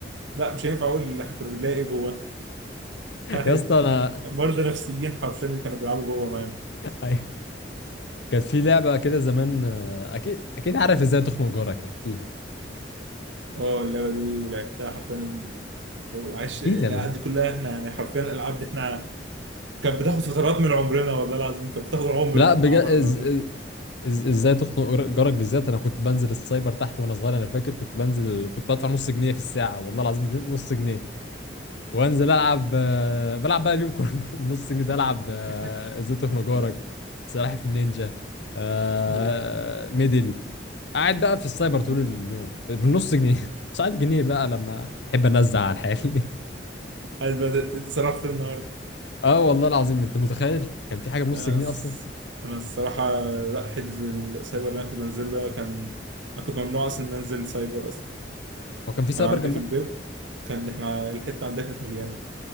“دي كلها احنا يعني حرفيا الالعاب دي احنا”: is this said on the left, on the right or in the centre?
Right